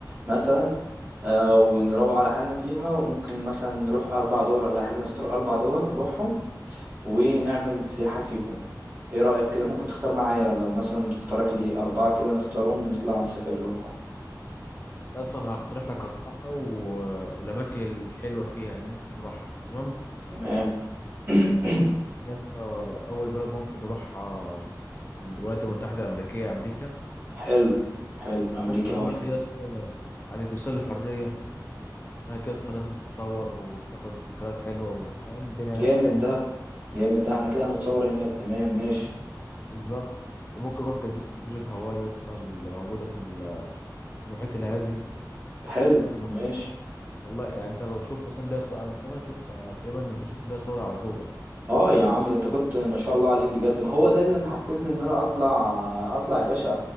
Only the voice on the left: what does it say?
يا اسطى انا هقترح لك اربعه و... والاماكن الحلوه فيها اللي ممكن نروحها تمام
يا اسطى اول بلد ممكن نروحها الولايات المتحده الامريكيه امريكا
ممكن نروح
يا اسطى عند تمثال الحريه هناك يا اسطى الناس بتتصور وبتاخد ذكريات حلوه وفاهم الدنيا هناك
جميله
بالظبط وممكن نروح جز- جزيره هاواي يا اسطى اللي موجوده في ال- المحيط الهادي
ممكن نخد
والله يعني انت لو شفت اصلا ليا صور انا تقريبا شفت انا تقريبا انت شفت ليا صور على جوجل